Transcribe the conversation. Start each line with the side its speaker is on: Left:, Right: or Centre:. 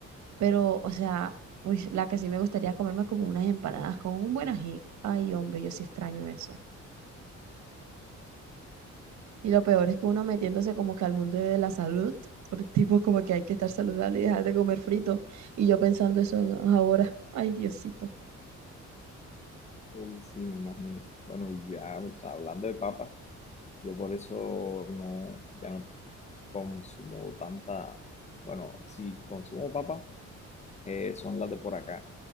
Right: pero, o sea, uy, la que sí me gustaría comerme como unas empanadas con un buen ají. Ay, hombre, yo sí extraño eso. Y lo peor es que uno metiéndose como que al mundo de la salud, por tipo como que hay que estar saludable y dejar de comer frito. Y yo pensando eso en- ahora. Ay, Diosito.
Left: Uy, sí, me imagino. Bueno, ya, o sea, hablando de papas, yo por eso no, ya no consumo tanta, bueno, si consumo papas, eh, son las de por acá,